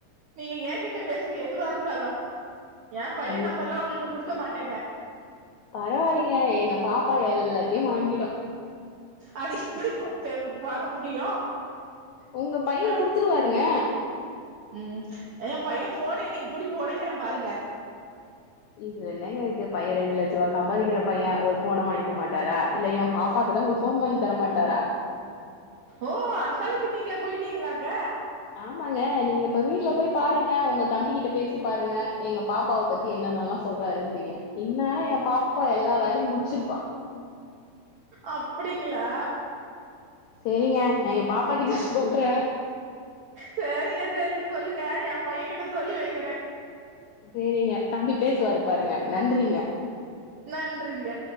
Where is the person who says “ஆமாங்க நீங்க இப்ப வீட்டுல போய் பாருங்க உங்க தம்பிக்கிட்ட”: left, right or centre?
Left